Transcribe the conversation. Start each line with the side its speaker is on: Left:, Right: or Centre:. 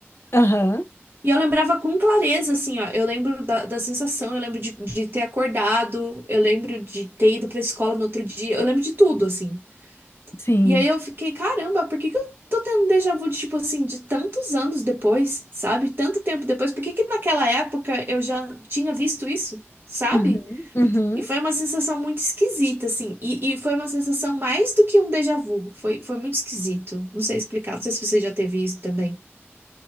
Left: Aham.
Right: E eu lembrava com clareza, assim, ó. Eu lembro da, da sensação, eu lembro de, de ter acordado, eu lembro de ter ido pra escola no outro dia, eu lembro de tudo, assim.
Left: Sim.
Right: E aí eu fiquei, caramba, por que que eu tô tendo um déjà vu, de, tipo assim, de tantos anos depois, sabe? Tanto tempo depois, por que que naquela época eu já tinha visto isso, sabe?
Left: Uhum. Uhum.
Right: E foi uma sensação muito esquisita, assim. E, e foi uma sensação mais do que um déjà vu. Foi, foi muito esquisito. Não sei explicar, não sei se você já teve isso também.